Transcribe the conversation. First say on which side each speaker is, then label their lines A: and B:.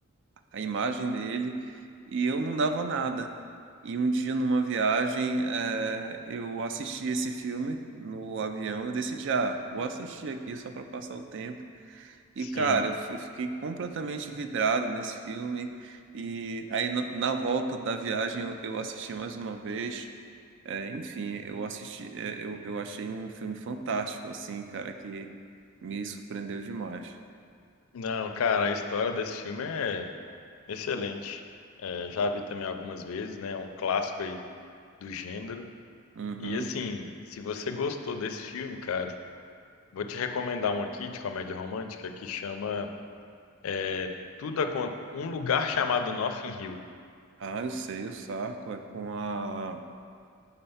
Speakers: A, on the right; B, on the left.
A: a imagem dele, e eu não dava nada. E um dia, numa viagem, eh, eu assisti esse filme no avião. Eu decidi, ah, vou assistir aqui só para passar o tempo. E,
B: Sim.
A: cara, eu, f- eu fiquei completamente vidrado nesse filme. E aí, na, na volta da viagem, eu, eu assisti mais uma vez. É, enfim, eu assisti, é, eu, eu achei um filme fantástico, assim, cara, que me surpreendeu demais.
B: Não, cara, a história desse filme é excelente. É, já vi também algumas vezes, né? É um clássico aí do gênero.
A: Uhum.
B: E assim, se você gostou desse filme, cara, vou te recomendar um aqui de comédia romântica que chama é, Tudo Acon- Um Lugar Chamado Notting Hill,
A: Ah, eu sei, o saco. É com a.